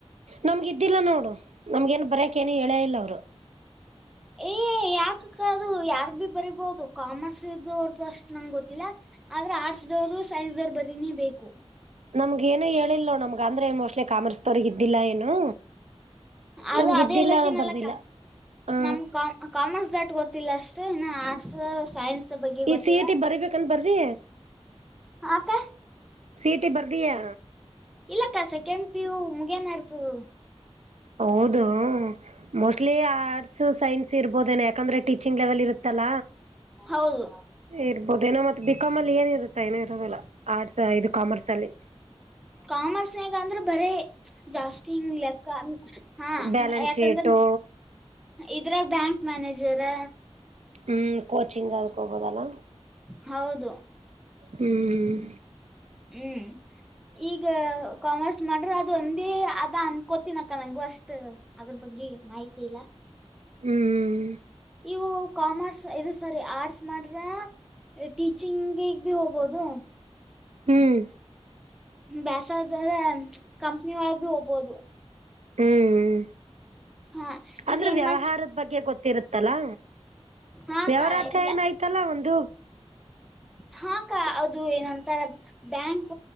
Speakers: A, on the right; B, in the centre.
A: ನಮ್ಗ ಇದ್ದಿಲ್ಲ ನೋಡು ನಮ್ಗ ಏನ್ ಬರೆಯಕ ಏನ ಹೇಳೇ ಇಲ್ಲ ಅವ್ರು
B: ಏ ಯಾಕಕದು ಯಾರ್ ಬಿ ಬರಿಬಹುದು ಕಾಮರ್ಸ್ ಇದು ಅವ್ರ್ದು ಅಷ್ಟ್ ನಂಗ ಗೊತ್ತಿಲ್ಲ. ಆದ್ರೆ ಆರ್ಟ್ಸ್ ದವ್ರು ಸೈನ್ಸ್ ದವ್ರು ಬರೀನೇ ಬೇಕು.
A: ನಮ್ಗ ಏನು ಹೇಳಿಲ್ಲೋ ನಮ್ಗ ಅಂದ್ರೆ ಮೋಸ್ಟ್ಲಿ ಕಾಮರ್ಸ್ ದವ್ರಗ ಇದ್ದಿಲ್ಲ ಏನು.
B: ಅದು
A: ನಮ್ಗ
B: ಅದೇ
A: ಇದ್ದಿಲ್ಲ
B: ಎಲ್ಲತ್ತಿನಲ್ಲಕ್ಕ
A: ಬರ್ದಿಲ್ಲ ಹ
B: ನಮ ಕ ಕಾಮರ್ಸ್ ದಾ ಗೊತ್ತಿಲ್ಲ ಅಷ್ಟೇ ಇನ್ನು ಆರ್ಟ್ಸ್ ಸೈನ್ಸ್ ಬಗ್ಗೆ
A: ಈ
B: ಗೊತ್ತದ
A: ಸಿ ಇಟ ಬರಬೇಕನ್ ಬರ್ದಿ
B: ಹ ಅಕ್ಕ
A: ಸೀಟಿಗೆ ಬರ್ದ್ಯಾ
B: ಇಲ್ಲ ಸೆಕೆಂಡ್ ಪೀ ಯು ಮುಗಿಯನ ಇರ್ತದ
A: ಹೌದು ಮೋಸ್ಟ್ಲಿ ಆರ್ಟ್ಸ್ ಸೈನ್ಸ್ ಇರ್ಬೋದ ನ ಯಾಕಂದ್ರೆ ಟೀಚಿಂಗ್ ಲೆವೆಲ್ ಇರುತ್ ತ್ತಲ
B: ಹೌದು
A: ಇರ್ಬೋದೇನೋ ಮತ್ತೆ. ಬಿಕಾಮ್ ಅಲ್ಲಿ ಏನ ಇರುತ್ತ ಏನ ಇರೋದಲ್ಲ ಆರ್ಟ್ಸ್ ಇದು ಕಾಮರ್ಸ್ ಅಲ್ಲಿ.
B: ಕಾಮರ್ಸ್ನ್ಗ ಅಂದ್ರೆ ಬರೇ ಜಾಸ್ತಿ ಹಿಂಗ್ ಲೆಕ್ಕ ಹಾ
A: ಬ್ಯಾಲೆನ್ಸ್
B: ಯಾಕಂದ್ರೆ
A: ಶೀಟು
B: ಇದ್ರಾಗ ಬ್ಯಾಂಕ್ ಮ್ಯಾನೇಜರ
A: ಹ್ಮ್ ಕೋಚಿಂಗ್ ಅದಕ ಹಬೋದಲ್ಲ
B: ಹೌದು
A: ಹ್ಮ್
B: ಹ್ಮ್ ಈಗ ಕಾಮರ್ಸ್ ಮಾಡ್ರೆ ಅದು ಒಂದ ಅದ ಅನ್ಕೋತಿನಕ್ಕ ನಂಗಗು ಅಷ್ಟ ಅದ್ರ ಬಗ್ ಗೆ ಮಾಹತಿ ಇಲ್ಲ
A: ಹ್ಮ್
B: ನೀವು ಕಾಮರ್ಸ್ ಇದು ಸರಿ ಆರ್ಟ್ಸ್ ಮಾಡ್ರೆ ಟೀಚಿಂಗ್ಗ್ ಭ ಹೋಗ್ಬೋದು
A: ಹ್ಮ್
B: ಬ್ಯಾಸ ಇದ್ದ್ರೆ ಕಂಪ್ನಿ ಒಳಗು ಹೋಗ್ಬೋದು.
A: ಹ್ಮ್
B: ಹಾ ಇದ
A: ಅಂದ್ರೆ
B: ಏನ್
A: ವ್ಯವಹಾರದ
B: ಮಾಡ್ತಿ
A: ಬಗ್ಗೆ ಗೊತ್ತಿರುತ್ತೆ. ತ್ತಲಾ
B: ಹಾಕ್ಕ
A: ಯಾವರಾದ
B: ಎಲ್ಲ
A: ಏನಾಯ್ತಲ್ಲ ಒಂದು
B: ಹಾ ಅಕ್ಕ ಅದು ಏನಂತಾರ ಬ್ಯಾಂಕ್